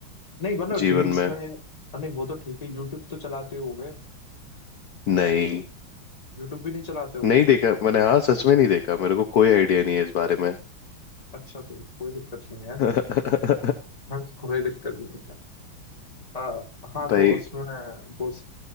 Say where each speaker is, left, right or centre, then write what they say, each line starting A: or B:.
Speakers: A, on the left (about 20°); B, on the left (about 55°).
A: नहीं मतलब
B: जीवन
A: रील्स
B: में
A: में आ, नहीं वो तो ठीक है यूट्यूब तो चलाते हो गए
B: नहीं
A: यूट्यूब भी नहीं चलाते हो
B: नहीं देखा मैंने हाँ सच में नहीं देखा मेरे को कोई आइडिया नहीं है इस बारे में
A: अच्छा तो कोई दिक्कत नहीं है
B: <laughs>
A: हाँ कोई दिक्कत नहीं है आ, हाँ
B: भाई
A: तो उसमें गोस्ट